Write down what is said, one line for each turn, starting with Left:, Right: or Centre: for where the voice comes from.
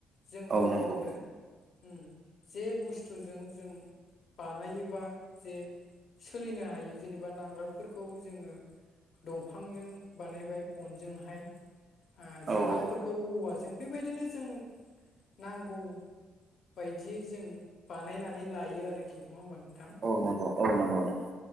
Left: जों
Right: औ
Left: गाव
Right: नंगौ
Left: गावनो। ओम जे बुस्थुजों जों बानायोबा जे सोलिनो हायो जेनेबा नांगोलफोरखौ जोङो। दंफांजों बानायबाय खनजोंहाय ओ
Right: औ
Left: जुंगालफोरखौ
Right: औ
Left: औव जों बेबायदिनो जों नांगौ। बायदियै जों बानायनानै लायो आरोखि नङा होमबा नों
Right: औ नंगौ औ नंगौ नंगौ।